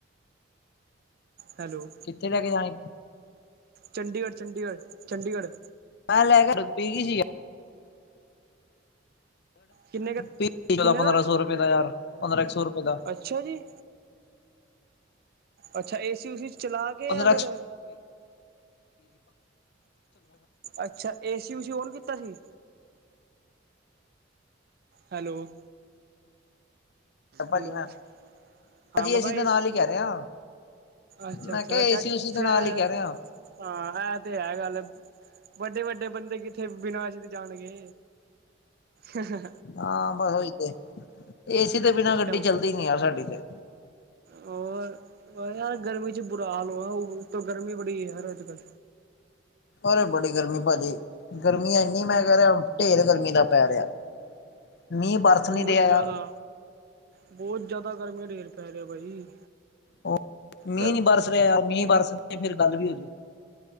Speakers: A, on the right; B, on the left.
A: ਹੈਲੋ।
B: ਕਿੱਥੇ ਲੈਕੇ ਜਾਣੇ?
A: ਚੰਡੀਗੜ੍ਹ, ਚੰਡੀਗੜ੍ਹ, ਚੰਡੀਗੜ੍ਹ
B: ਮੈਂ ਲੈ ਕੇ ਪੀਗੀ ਸੀ।
A: ਕਿੰਨੇ ਕੁ
B: ਪੰਦਰਾਂ
A: ਕਿੰਨੇ ਦਾ
B: ਸੌ ਰੁਪਏ ਦਾ ਯਾਰ ਪੰਦਰਾਂ ਇੱਕ ਸੌ ਰੁਪਏ ਦਾ,
A: ਅੱਛਿਆ ਜੀ, ਅੱਛਾ ਏਸੀ ਉਸੀ, ਚਲਾ ਕੇ
B: ਪੰਦਰਾ
A: ਜਾਂ ਫਿਰ ਅੱਛਾ, ਏਸੀ ਉੂਸੀ ਓਨ ਕੀਤਾ ਸੀ। ਹੈਲੋ,
B: ਭਾਜੀ
A: ਹੈਲੋ,
B: ਮੈਂ
A: ਹਾਂ
B: ਭਾਜੀ
A: ਮਹਾ
B: ਦੇ
A: ਏਸੀ,
B: ਨਾਲ ਹੀ ਕਹਿ ਰਿਹਾ
A: ਅੱਛਾ,
B: ਮੈਂ
A: ਅੱਛਾ
B: ਕਿਹਾ
A: ਕਿਆ
B: ਏਸੀ ਉਸੀ ਦੇ
A: ਫੇਰ
B: ਨਾਲ ਹੀ ਕਹਿ ਰਿਹਾ
A: ਹਾਂ ਇਹ ਤੇ ਹੈ, ਗੱਲ ਵੱਡੇ-ਵੱਡੇ ਬੰਦੇ ਕਿੱਥੇ ਬਨਾਸ਼ ਜਾਣਗੇ। ਹ
B: ਹਾਂ ਬਸ ਉਹੀ ਤੇ ਏਸੀ ਤੇ ਬਿਨਾਂ
A: ਸਿਸਟਮ
B: ਗੱਡੀ ਚੱਲਦੀ ਨੀ ਯਾਰ ਸਾਡੀ ਤੇ,
A: ਹੋਰ ਯਾਰ ਗਰਮੀ ਚ ਬੁਰਾ ਹਾਲ ਹੋ ਉਤੋਂ ਗਰਮੀ ਬੜੀ ਹੈ, ਯਾਰ ਅੱਜ-ਕੱਲ
B: ਅਰੇ ਬੜੀ ਗਰਮੀ ਭਾਜੀ, ਗਰਮੀ ਇੰਨੀ ਮੈਂ ਕਹਿ ਰਿਹਾ ਢੇਰ ਗਰਮੀ ਦਾ ਪੈ ਰਿਹਾ। ਮੀਂਹ ਬਰਸ
A: ਬਹੁਤ
B: ਨਹੀਂ ਦਿਆ
A: ਜ਼ਿਆਦਾ
B: ਯਾਰ
A: ਬਹੁਤ ਜਿਆਦਾ ਗਰਮੀ ਢੇਰ ਪੈ ਰਿਹਾ ਬਾਈ,
B: ਉਹ ਮੀਂਹ
A: ਕ
B: ਨਹੀਂ ਬਰਸ ਰਿਹਾ, ਯਾਰ ਮੀਂਹ ਬਰਸਦੇ ਫਿਰ ਗੱਲ ਵੀ ਹੋਜੇ।